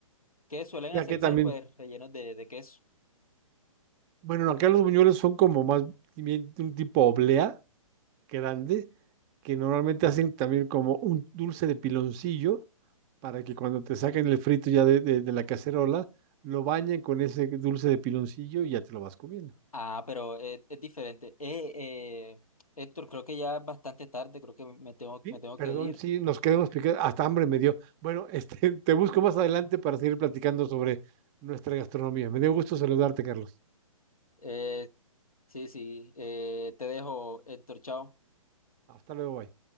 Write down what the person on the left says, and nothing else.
que suelen
hacerse
pues rellenos de, de queso.
Ah, pero es, es diferente. Eh, eh, Héctor, creo que ya es bastante tarde, creo que me tengo,
me tengo
que ir.
Eh, sí, sí, eh, te dejo, Héctor, chao.